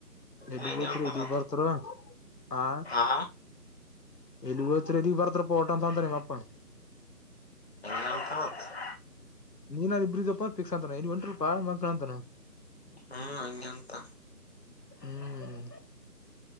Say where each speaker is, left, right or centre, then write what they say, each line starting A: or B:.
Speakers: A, on the left; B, on the left.
A: ಎಲ್ಲಿಗ್
B: ಹಂಗೆ
A: ಹೋಯತ್ರಿ
B: ಅಂತ
A: ಇದಗ್
B: ಮತ್
A: ಬರ್ತ್ಾರ ಆ
B: ಹಾ
A: ಎಲುವ ಇತ್ತ ರ ಬರತ್ರ ಪೋಟಂತಂತಾನ ಮಾಪ್ಪ
B: ಎ ನಲ್ತನತ್ <inaudible>
A: ನೀನಲ್ಲಿ ಇಬ್ಬ್ರಿದಪ್ಪ ಫಿಕ್ಸ್ ಅಂತಾನ ಇಲ್ಲಿ ಒಂಟ್ರಪಾ ಮಕಳಂತಾನ
B: ಹ್ಮ್ ಹಂಗೆ ಅಂತ
A: ಹ್ಮ್